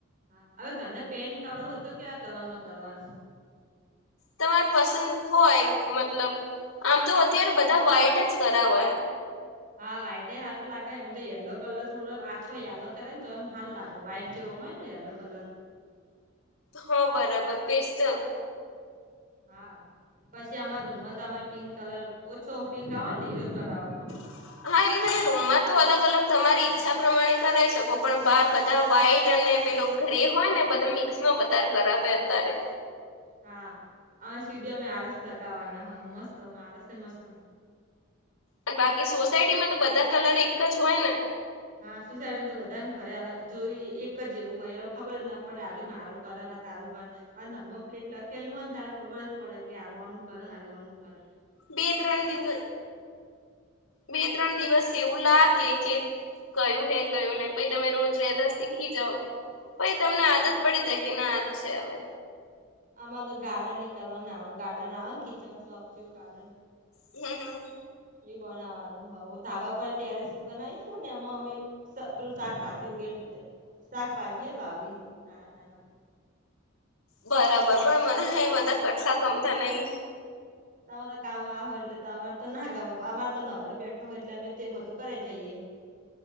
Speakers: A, on the right; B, on the left.
A: હા અવે ઘને પેન કરો હો તો કેઆ કલર નો કરવાનું?
B: તમાયે પસંદ હોય મતલબ આમ તો અત્યારે બધા વાઇટ જ કરાવે.
A: હા વાઈટે હારુ લાગે એમ તો, યેલો કલર થોડો આછો યલો કરે ને તો એમ હાલ લાગે. વાઈટ જેવો હોય ને યલો કલર.
B: હા, બરાબર પેસ્ટ.
A: હા પછી અમાર રૂમમાં તો અમાર પિંક કલર ઓછો પિંક આવે ને એરો કરાવાનો.
B: <inaudible> હા એલે તમે રૂમમાં તો અલગ અલગ તમારી ઈચ્છા પ્રમાણે કરાઈ શકો પણ બાર બધા વાઈટ અને પેલો ગ્રે હોય ને બધા મિક્સ માં વધારે કરાવે અતારે.
A: હા અ સીડી આરસ લગાવાના હ મસ્ત આરસ એ મસ્ત.
B: અને બાકી સોસાયટી માં તો બધા કલર એક જ હોય ને.
A: હા સુસાઈળી તો બધા ને ખરે હ જોઈ એક જેવું હોય ખબર જ ના પડે હારયુ મારુ કરે. તારુ ઘર આ નમ્બર પ્લેટ લખેલું હોય ને, તાયે ખબર જ પડે કે આ કોનુ કરે ને આ કોનુ કર હે.
B: બે ત્રણ દિવ બે ત્રણ દિવસ એવું લાગે કે કયું હે કયું નઈ પઈ તમે રોજ રેતા શીખી જાવ. પઇ તમને આદત પડી જાય કે ના આજ છે હવે.
A: આમાં તો ગાર્ડન એ કરવાનુ નાનુ ગાર્ડન આવે ને, કિચન શોપ જેવું ગાર્ડન
B: હમ હમ.
A: ઈ બનાવાનું હો તાબા પર ટેરેસ બનાવીશું ને, એમાં અમે સ પરુ સાકપાજી ઉગેર સાકપાજી એ વાવીશું. નાના નાના
B: બરાબર પણ મને હય બધા કટલા ગમતા નઈ.
A: તા હો તો કામા હો એટલે તો અમારે તો ના ગામે. અમાર તો નવરા બેઠો હોય એટલે અમે તે બધું કરે જઈએ.